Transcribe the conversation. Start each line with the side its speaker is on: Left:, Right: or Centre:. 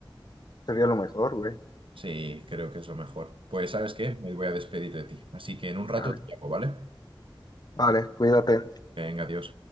Left: sería lo mejor, güey.
Right: Sí, creo que es lo mejor. Pues, ¿sabes qué? Me voy a despedir de ti. Así que en un rato
Left: Vale,
Right: te llamo, ¿vale?
Left: vale, cuídate.
Right: Venga, adiós.